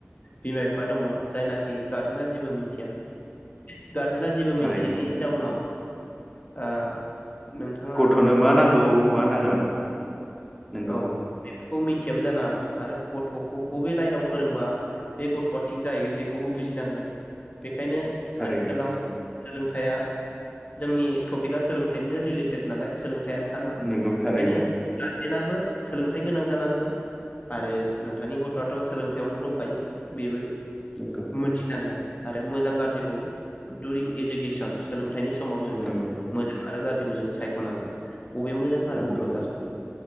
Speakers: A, on the left; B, in the centre.
A: बिमा बिफा दङ जायनाखि गार्जेना जेबो मिथिया। गार्जेना जेबो
B: थारैनो
A: मिन्थियैनि जाउनाव ओ नोंथाङा
B: गथ'नो मा
A: सासे
B: नांगौ मा नाङा नंगौ
A: औ खौ मिथियाबो जानो हागौ आरो गथ'खौ बबे लाइनाव फोरोंबा बे गथ'आ थिग जाहैगोन बेखौबो बुजिनांगोन। बे खायनो
B: थारैनो
A: आथिखालाव सोलों थाइया जोंनि टपिकआ सोलोंथाइनिनो रिलेटेड नालाय सोलोंथाइयानोखा नालाय
B: नंगौ थारैनो
A: बेखायनो जेनाबो सोलोंथाइ गोनां जांगोन आरो नोंथांनि गथ'आथ' सोलोंथाइयावनो दंखायो बेबो
B: नंगौ
A: मोनथिनांगोन आरो मोजां गाज्रिखौ दुरिं इडुकेसन सोलोंथाइनि समाव जोङो
B: नंगौ
A: मोजां आरो गाज्रि बेखौ जों सायख'नांगोन बबे मोजां आरो
B: नंगौ
A: बबे गाज्रि।